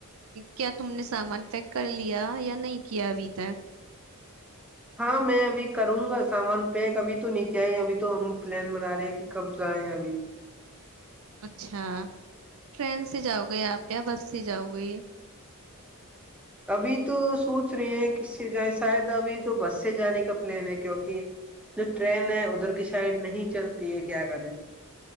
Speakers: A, on the right; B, in the centre.
A: کیا تم نے سامان پیک کر لیا یا نہیں کیا ابھی تک
B: ہاں میں ابھی کروں گا سامان پیک ابھی تو نہیں کیا آئے ابھی تو ہم پلان بنا رہے ہیں کہ کب جائیں ابھی
A: اچھا ٹرین سے جاؤ گے آپ یا بس سے جاؤ گے
B: ابھی تو سوچ رہی ہیں ک شاید ابھی تو بس سے جانے کا پلان ہے کیوںکہ جو ٹرین ہے ادھر کی سائڈ نہیں چلتی ہے کیا کریں